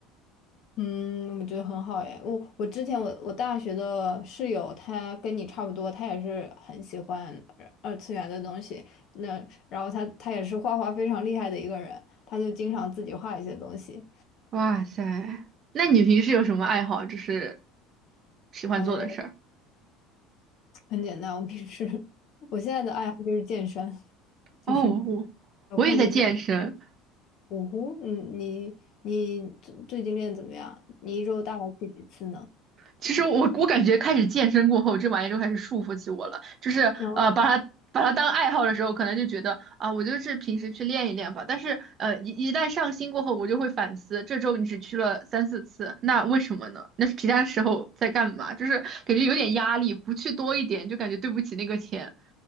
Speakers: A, on the left; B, on the right.
A: 嗯，我觉得很好耶。我我之前我我大学的室友，他跟你差不多，他也是很喜欢二二次元的东西。那然后他他也是画画非常厉害的一个人，他就经常自己画一些东西。
B: 哇塞，那你平时有什么爱好，就是喜欢做的事儿？
A: 呃，很简单。我平时 <laughs> 我现在的爱好就是健身，就是
B: 哦，我我也在健身，
A: 有空就去。呜呼，嗯，你你最最近练得怎么样？你一周大概去几次呢？
B: 其实我我感觉开始健身过后，这玩意儿就开始束缚起我了。就是呃，
A: 有，
B: 把它把它当爱好的时候，可能就觉得啊，我就是平时去练一练吧。但是呃，一一旦上心过后，我就会反思，这周你只去了三四次，那为什么呢？那是其他时候在干嘛？就是感觉有点压力，不去多一点就感觉对不起那个钱。